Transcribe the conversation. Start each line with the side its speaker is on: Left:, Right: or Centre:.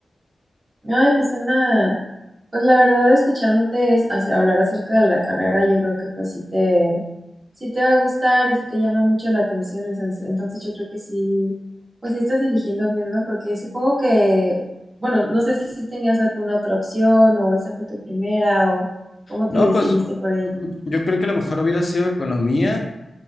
Right: Ay, pues una, pues la verdad escuchándote es- hace- hablar acerca de la carrera, yo creo que pues sí te, sí te va a gustar y sí te llama mucho la atención, es- es- entonces yo creo que sí, pues sí estás eligiendo bien, ¿no? Porque supongo que, bueno, no sé si sí tenías alguna otra opción o esa fue tu primera o cómo
Left: No,
Right: te decidiste
Left: pues
Right: por ello.
Left: mm, mm, yo creo que a lo mejor hubiera sido economía,